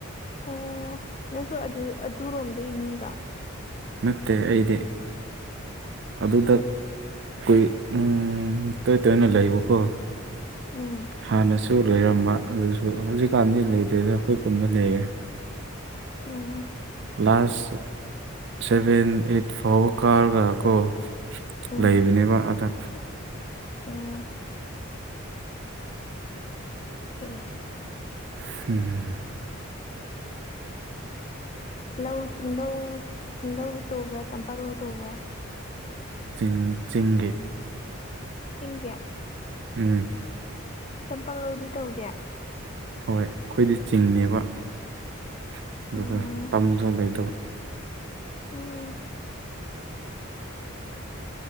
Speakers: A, on the left; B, on the right.
A: ꯑꯣ ꯅꯠꯇ꯭ꯔꯣ ꯑꯗꯨ ꯑꯗꯨꯔꯣꯝꯗꯩ ꯃꯤꯔꯣ
B: ꯅꯠꯇꯦ ꯑꯩꯗꯤ ꯑꯗꯨꯗ
A: ꯎꯝ
B: ꯀꯨꯏ ꯎꯝ ꯇꯣꯏ ꯇꯣꯏꯅ ꯂꯩꯕꯀꯣ
A: ꯎꯝ
B: ꯍꯥꯟꯅꯁꯨ ꯂꯩꯔꯝꯕ ꯑꯗꯨꯁꯨ ꯍꯧꯖꯤꯛꯀꯥꯟꯗꯤ ꯂꯩꯗꯣꯏꯗ ꯑꯩꯈꯣꯏ ꯄꯨꯨꯟꯕ ꯂꯩꯔꯦ꯫
A: ꯑꯣ
B: ꯀ꯭ꯂꯥꯁ ꯁꯦꯚꯦꯟ ꯑꯦꯠ ꯐꯥꯎꯕ ꯀꯥꯔꯒꯀꯣ
A: ꯎꯝ
B: ꯂꯩꯕꯅꯦꯕ ꯑꯗ
A: ꯎꯝ ꯐꯩ꯫
B: <unintelligible>
A: ꯂꯧ ꯆꯤꯡꯗꯧ ꯆꯤꯡꯗꯧ ꯇꯧꯕ꯭ꯔꯥ ꯇꯝꯄꯥꯛ ꯂꯧ ꯇꯧꯕ꯭ꯔꯥ
B: ꯆꯤꯡ ꯆꯤꯡꯒꯤ
A: ꯆꯤꯡꯒꯤ꯫
B: ꯎꯝ
A: ꯇꯝꯄꯥꯛꯛꯂꯗꯤ ꯇꯧꯗꯦ꯫
B: ꯍꯣꯏ ꯑꯩꯈꯣꯏꯗꯤ ꯆꯤꯡꯅꯦꯕ ꯑꯗꯨꯒ
A: ꯎꯝ
B: ꯇꯝꯗꯨ ꯂꯩꯗꯕ
A: ꯎꯝ